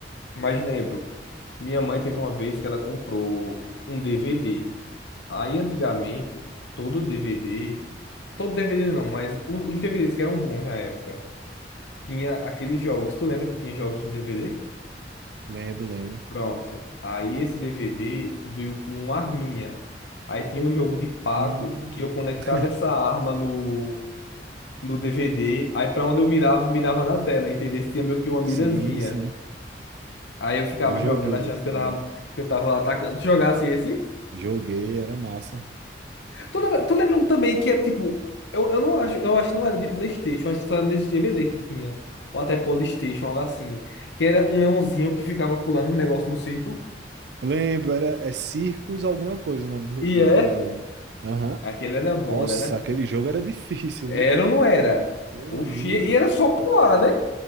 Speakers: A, on the left (about 75°); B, on the right (about 65°).
A: mas lembro. Minha mãe teve uma vez que ela comprou um DVD. Aí antigamente, todo DVD, todo DVD não, mas os, os DVDs que eram bons na época, tinha aqueles jogos. Tu lembra que tinha jogos no DVD?
B: Lembro, lembro.
A: Pronto. Aí esse DVD veio com uma arminha. Aí tinha um jogo de pato
B: Hum.
A: que eu conectava
B: <laughs>
A: essa arma no, no DVD. Aí pra onde eu mirava, mirava na tela, entendeu? Tinha meio que uma mirazinha.
B: Sim, sim.
A: Aí eu ficava
B: Eu joguei
A: jogando achando
B: isso
A: que
B: também.
A: eu tava, que eu tava atacando. Tu jogasse esse?
B: Joguei, era massa.
A: Tô, lembra- tô lembrando também que era tipo. Eu, eu não acho, eu acho que não era de PlayStation, acho que só era nesse DVD que tinha. Ou até PlayStation, algo assim. Que era um leãozinho que ficava pulando um negócio no circo.
B: Lembro, era é Circus alguma coisa o nome do,
A: E
B: do,
A: é.
B: do jogo. Aham.
A: Aquele era bom,
B: Nossa,
A: né? né?
B: aquele jogo era difícil,
A: Era
B: viu?
A: ou não era?
B: Meu
A: Oxi,
B: amigo.
A: e era só pular, né?